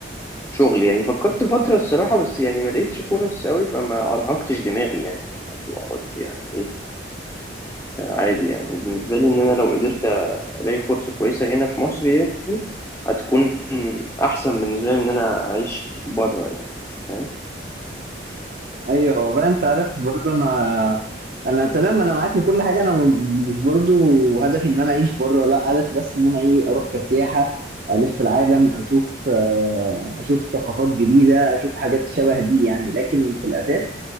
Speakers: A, on the left; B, on the right.
A: شغل يعني فكرت فترة الصراحة بس يعني ما لقيتش فرص قوي فما ارهقتش دماغي يعني في الموضوع قلت يعني ايه عادي يعني بالنسبة لي ان انا لو قدرت الاقي فرصة كويسة هنا في مصر يعني هتكون احسن بالنسبة لي من ان انا اعيش بره يعني فاهم
B: ايوه والله انت عارف برضو انا انا تمام انا معاك من كل حاجه انا م- مش برضو هدفي ان انا اعيش بره لا هدفي بس ان انا ايه اروح كسياحه الف العالم اشوف آه، اشوف ثقافات جديده اشوف حاجات شبه دي يعني لكن في الاساس